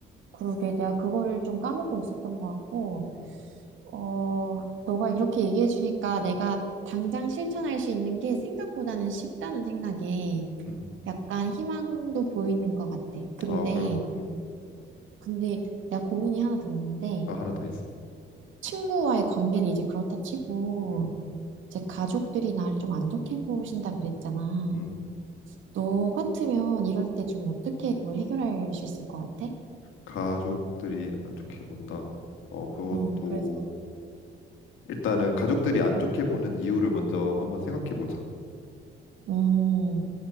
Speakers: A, on the right (about 75°); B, on the left (about 85°).
A: 그러게 내가 그거를 좀 까먹고 있었던 것 같고,
B: 음,
A: 어, 너가 이렇게 얘기해주니까 내가 당장 실천할 수 있는 게 생각보다는 쉽다는 생각에
B: 음.
A: 약간 희망도 보이는 것 같아. 근데,
B: 아, 그럼, 음.
A: 근데 내가 고민이 하나 더 있는데,
B: 아, 하나 더 있어.
A: 친구와의 관계는 이제 그렇다 치고,
B: 음,
A: 제 가족들이 나를 좀 안 좋게 보신다 그랬잖아.
B: 음.
A: 너 같으면 이럴 때 좀 어떻게 그걸 해결할 수 있을 것 같아?
B: 가족들이 안 좋게 본다. 어, 그것도
A: 음, 그래서,
B: 일단은 가족들이 안 좋게 보는 이유를 먼저 한번 생각해 보자.
A: 음,